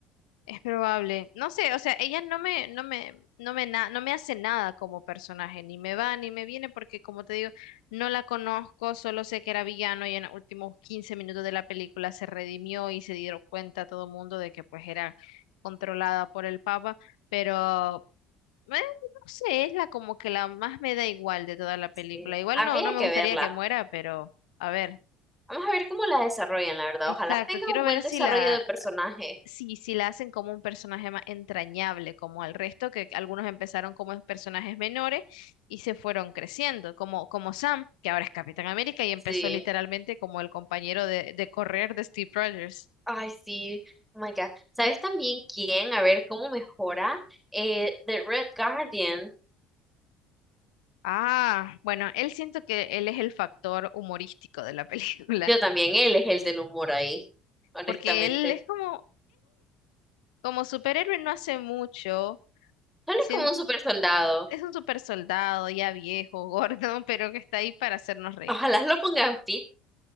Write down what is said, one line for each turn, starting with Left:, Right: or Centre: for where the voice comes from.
Left: es probable. No sé, o sea, ella no me, no me, no me, na- no me hace nada como personaje, ni me va ni me viene, porque como te digo, no la conozco, solo sé que era villano y en los últimos 15 minutos de la película se redimió y se dieron cuenta todo el mundo de que pues era controlada por el Papa, pero Eh, no sé, es la como que la más me da igual de toda la película.
Centre: Sí.
Left: Igual
Centre: Habría
Left: no, no me
Centre: que
Left: gustaría
Centre: verla.
Left: que muera, pero a ver.
Centre: Vamos a ver cómo la desarrollan, la verdad.
Left: Exacto,
Centre: Ojalá tenga
Left: quiero
Centre: un
Left: ver
Centre: buen desarrollo
Left: si la,
Centre: de personaje.
Left: si, si la hacen como un personaje más entrañable, como al resto, que algunos empezaron como personajes menores y se fueron creciendo, como, como Sam, que ahora es Capitán América y empezó
Centre: Sí.
Left: literalmente como el compañero de, de correr de Steve Rogers.
Centre: Ay, sí, oh my God. ¿Sabes también quién? A ver cómo mejora. Eh, The Red Guardian.
Left: Ah, bueno, él siento que él es el factor humorístico de la <laughs> película,
Centre: Yo también, él es el del humor ahí, honestamente.
Left: porque él es como Como superhéroe no hace mucho,
Centre: Él
Left: sien-
Centre: es como un super soldado.
Left: es un super soldado ya viejo, gordo, <laughs> pero que está ahí para hacernos reír.
Centre: Ojalá lo pongan fit.